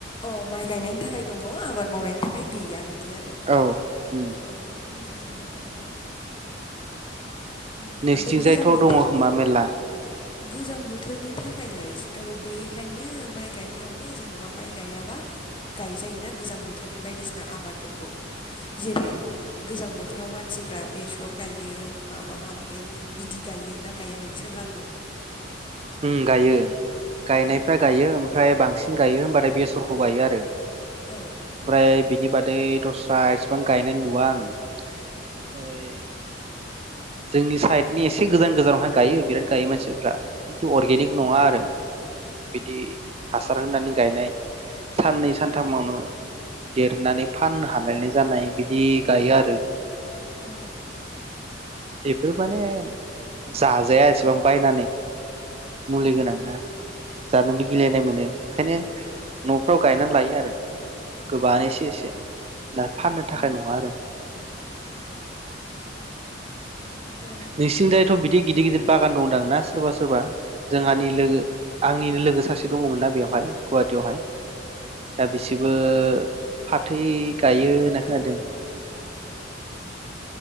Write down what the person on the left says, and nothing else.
औ माइ गायनायनि थाखाय दङ आबाद मावनायनि थाखाय गैया बिदि। बिदि आरो।
अ। मोजां आनोथ होमबा। उम
ओमफ्राय गोजां बोथोरनि
गोजां बोथोरनि थाखायलाय ओ बेहायनो माइ गायनायावनो जेनबा माइ गायाबा गायजायोना गोजां बोथोरनि बायदिसिना आबादफोरखौ जेरै- गोजां बोथोराव मानसिफ्रा बेसर गायो। माबा माबि गायो बिदि गायो ना गाया नोंसोर लागोआव?
अ
अ
औ
उम
औ
उम औ उम
उम
औ
औ
औ